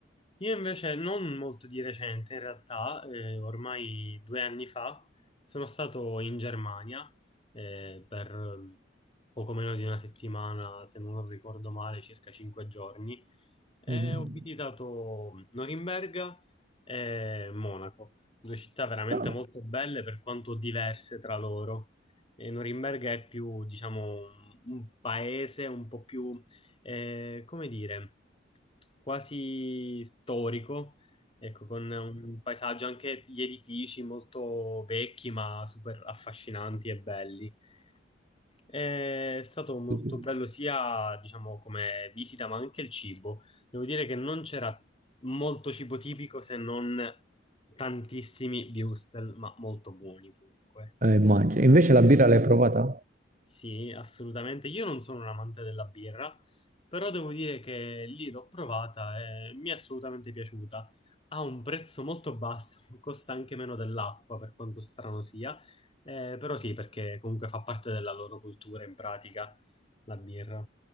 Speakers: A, on the left; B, on the right.
A: Io invece, non molto di recente, in realtà, eh, ormai due anni fa, sono stato in Germania eh, per eh, poco meno di una settimana, se non ricordo male, circa cinque giorni, e
B: Mhm.
A: ho visitato Norimberga e Monaco, due città veramente
B: Ah,
A: molto belle per quanto diverse tra loro. E Norimberga è più, diciamo, un un paese un po' più, eh, come dire, quasi storico, ecco, con un paesaggio, anche gli edifici molto vecchi, ma super affascinanti e belli. È stato molto
B: mhm.
A: bello sia, diciamo, come visita, ma anche il cibo. Devo dire che non c'era molto cibo tipico se non tantissimi würstel, ma molto buoni comunque.
B: Eh, immagino. Invece la birra l'hai provata?
A: Sì, assolutamente. Io non sono un amante della birra, però devo dire che lì l'ho provata e mi è assolutamente piaciuta. Ha un prezzo molto basso, <laughs> costa anche meno dell'acqua, per quanto strano sia, Eh, però sì, perché comunque fa parte della loro cultura in pratica la birra.